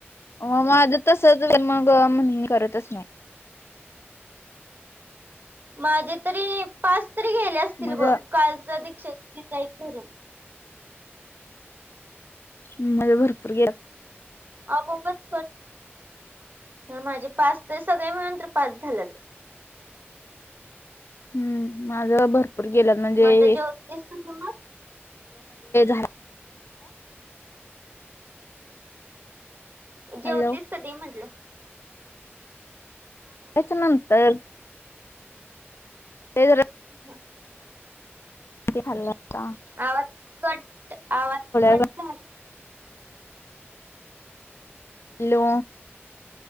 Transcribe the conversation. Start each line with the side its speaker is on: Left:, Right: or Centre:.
Left: म माझ तसंच झालंय मग मी करतच नाही.
Right: माझे तरी पाच तरी गेले असतील
Left: मग
Right: ब. कालच दीक्षित <unintelligible> धरून.
Left: म म्हणजे भरपूर गेल्यात.
Right: आपोआपच कट, अं माझे पाच तर, सगळे मिळून तर पाच झाल्यात गं.
Left: हं. माझ भरपूर गेल्यात म्हणजे
Right: मग आता जेवतीस कधी मग
Left: <inaudible>
Right: जेवतीस
Left: हॅलो
Right: कधी म्हंटलं?
Left: येच्या नंतर. ते जरा
Right: <unintelligible>
Left: ते खाल्लत का?
Right: आवाज कट आवाज कट
Left: वेळ
Right: झाला.
Left: हॅलो,